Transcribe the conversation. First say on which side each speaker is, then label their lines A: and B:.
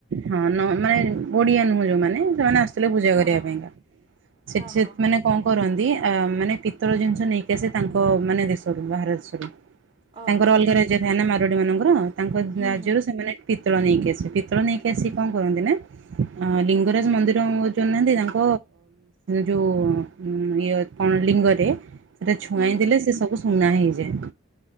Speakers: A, on the right; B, on the right.
A: ହଁ ନହେଲେ ନାଇଁ ଓଡ଼ିଆ ନୁହଁ ଯୋଉମାନେ ସେମାନେ ଆସ ପୂଜା
B: ହଁ
A: କରିବା
B: ହଁ
A: ପାଇଁକା ସେଠି
B: ହଁ
A: ସେ
B: ହଁ
A: ମାନେ। କଣ କରନ୍ତି, ମାନେ ପିତିତର ଜିନିଷ ନେଇକି ଆସେ ତାଙ୍କ ମାନେ ଦେଶରୁ ବାହାର ଦେଶରୁ।
B: ଓହୋ
A: ତାଙ୍କର ଅଲଗା ରାଜ୍ୟ ଥାଏ ନା ମାରୁଆଡି ମାନଙ୍କର ତାଙ୍କ
B: ହୁଁ
A: ରାଜ୍ୟରୁ
B: ହୁଁ
A: ସେମାନେ। ପିତଳ ନେଇକି ଆସି ପିତଳ ନେଇକି ଆସି କଣ କରନ୍ତି ନା ଅ ଲିଙ୍ଗରାଜ ମନ୍ଦିର ଯୋଉ ନାହାନ୍ତି। ତାଙ୍କ ଯୋଉ ଇଏ କଣ ଲିଙ୍ଗରେ ସେଟା ଛୁଆଇଁ
B: ହୁଁ ହୁଁ
A: ଦେଲେ ସେ ସବୁ ସୁନା ହେଇଯାଏ।